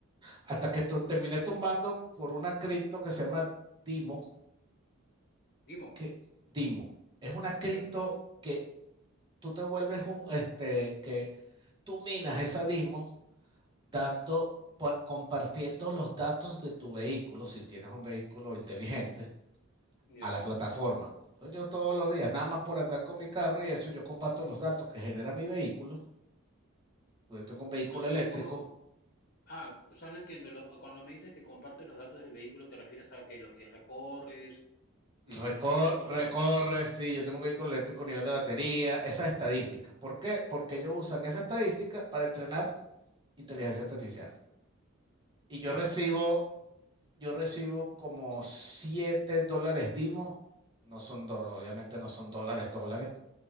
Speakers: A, on the right; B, on the left.
A: Hasta que terminé tumbando por una cripto que se llama Dimo,
B: Dimo.
A: que Dimo, es una cripto
B: Ya,
A: que tú te vuelves un, este, que tú minas esa Dimo dando, por- compartiendo los datos de tu vehículo, si tienes un vehículo inteligente,
B: ya.
A: a la plataforma. Entonces, yo todos los días, nada más por andar con mi carro y eso, yo comparto los datos que genera mi vehículo. Yo tengo un vehículo
B: No, n-
A: eléctrico,
B: ¿cómo? Ah, o sea, no entiendo. lo- cuando me dices que compartes los datos del vehículo, ¿te refieres a que lo que recorres? eh,
A: recor-
B: ese tipo de cosas.
A: recorre, sí, yo tengo un vehículo eléctrico, nivel de batería, esas estadísticas. ¿Por qué? Porque ellos usan esa estadística para entrenar inteligencia artificial. y
B: Ya.
A: yo recibo, yo recibo como 7 dólares Dimo, no son dólares, obviamente no son dólares, dólares,